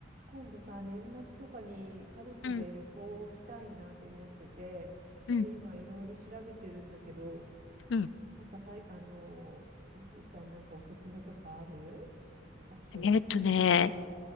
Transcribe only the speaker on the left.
うん、うん、
うん。
えーっとね、